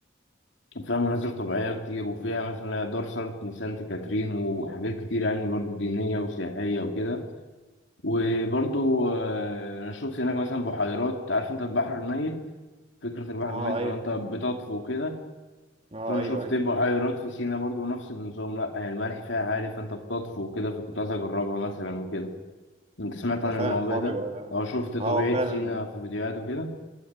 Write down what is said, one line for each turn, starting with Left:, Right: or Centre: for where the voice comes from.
Left: وفيها مناظر طبيعيه كتير وفيها مثلا دار سانت سانت كاترين وحاجات كتير يعني برضو دينيه وسياحيه وكده وبرضو آه، انا شفت هناك مثلا بحيرات عارف انت البحر الميت فكره البحر
Right: اه
Left: الميت
Right: ايوه
Left: لو انت بتطفو كده
Right: اه
Left: فانا
Right: ايوه
Left: شفت
Right: ايوه
Left: بحيرات في سينا برضو نفس النظام لا يعني الملح فيها عالي فانت بتطفو وكده فكنت عايز اجربها مثلا وكده انت سمعت عن
Right: هو فعلا
Left: الموضوع
Right: الحوار
Left: ده
Right: يبقى
Left: او شفت طبيعة
Right: اه هو فعلا
Left: سينا في فيديوهات وكده